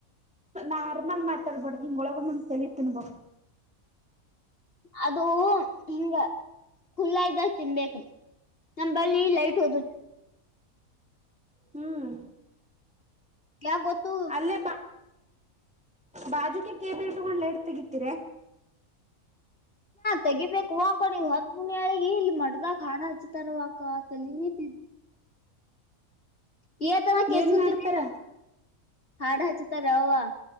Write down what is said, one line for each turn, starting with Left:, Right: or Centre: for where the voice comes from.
Centre: ನಾ ನಾರ್ಮಲ್ ಮಾತಾಡ್ಬಾರಡ್ದ ಹಿಂಗೊಳಗ್ ತಲ್ಲಿ ತಿನ್ಬ.
Left: ಅದು ಹಿಂಗ ಖುಲ್ಲ ಇದ್ದಾಗ ತಿನ್ಬೇಕು ನಂಬಲ್ಲಿ ಲೈಟ್ ಹಓದ
Centre: ಹ್ಮ್
Left: ಯಾಕ ಗೊತ್ತು
Centre: ಅಲ್ಲೇ ಬಾಜುಕ ಕೆೇಬಿ ಇಟ್ಕೊಂಡ್ಟ್ ಲೈಟ್ ತೆಗತಿರ
Left: ತೆಗಿಬೇಕು ಆ ಕಡೆ ಹೊತ್ತ ಮುನಿಗಿ ಏ ಇಲ್ಲಿ ಮಟದಾಗ ಹಾಡು ಹಚ್ತಾರವಕ್ಕ ತಲಿನ ತಿ ಹೇಳ್ತಾನೆ ಕೆಳಸಕತೇತಿ
Centre: ಏನ್ ಮಾಡ್ತಾರ
Left: ಏನು ಅಡಚರೆವ.